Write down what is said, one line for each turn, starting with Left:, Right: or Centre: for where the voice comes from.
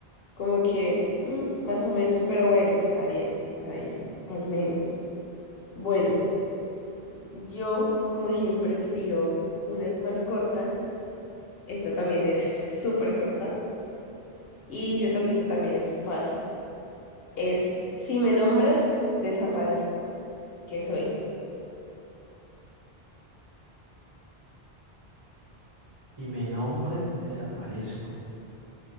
Left: como que mm, más o menos, pero bueno, está bien, está bien, al menos. Bueno, yo como siempre te tiro unas más cortas, esta también es <laughs> súper corta. Y siento que eso también es fácil. Es, si me nombras, desaparezco. ¿Qué soy?
Right: Si me nombras, desaparezco.